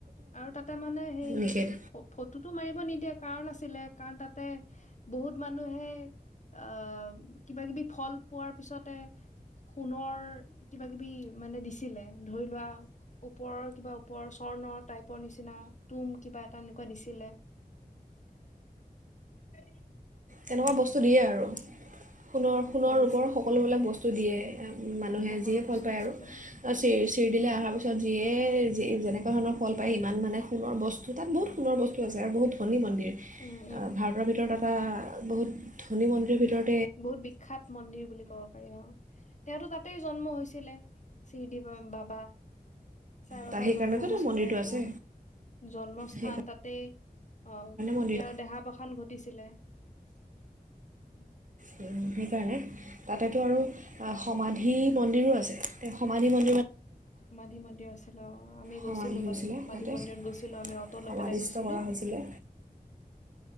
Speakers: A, on the left; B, on the right.
A: আৰু তাতে মানে সেই
B: নিষেধ
A: ফটোটো মাৰিব নিদিয়ে কাৰণ আছিলে কাৰণ তাতে বহুত মানুহে আহ কিবা কিবি ফল পোৱাৰ পিছতে সোণৰ কিবা কিবি মানে দিছিলে। ধৰি লোৱা ওপৰৰ কিবা পৰ স্বৰ্ণৰ টাইপৰ নিচিনা তুম কিবা এটা এনেকুৱা দিছিলে আ
B: তেনেকুৱা বস্তু দিয়ে আৰু সোণৰ সোণৰ
A: অ দিছিলে
B: ৰূপৰ সকলোবিলাক বস্তু <unintelligible> মানুহে
A: সকলো
B: যিয়ে
A: বস্তু
B: ফল পায়
A: দিছিলে
B: আৰু চিৰ- চিৰডি
A: উম
B: লৈ আহাৰ পিছত যিয়েই যি, যেনেকোৱা ধৰণৰ ফল পায় ইমান মানে সুণৰ বস্ত তাত বহুত সুণৰ বস্তু আছে আৰু বহুত ধনী মন্দিৰ। অ',
A: উম উম
B: ভাৰতৰ ভিতৰত এটা, বহুত ধনী মন্দিৰ ভিতৰত,
A: বহুত বিখ্যাত মন্দিৰ বুলি কব পাৰি অ', তেওঁতো তাতেই জন্ম হৈছিলে শ্ৰীদি বাবা। বা চাই বাবা
B: তাৰ সেইকাৰণেতো
A: জন্ম হৈছিলে
B: তাৰ মন্দিৰটো আছে
A: বহুত জন্মস্থান
B: সেইকাৰণে
A: তাতেই, - অ ',
B: মন্দিৰ
A: তেওঁৰ দেহা - বসান ঘটিছিলে। উম,
B: সেইকাৰণে তাতেতো আৰু, অ', সমাধি
A: উম
B: মন্দিৰো আছে। তেওঁ সমাধি মন,
A: সমাধি মন্দিৰ আছিল অ ', আমি
B: সমাধি
A: গৈছিলো
B: হৈছিলে
A: বাৰু সমাধি
B: তাতে
A: মন্দিৰত গৈছিলো। আমি অটো
B: সমাধিস্থ
A: লৈ পেলাই গৈছিলো।
B: কৰা হৈছিলে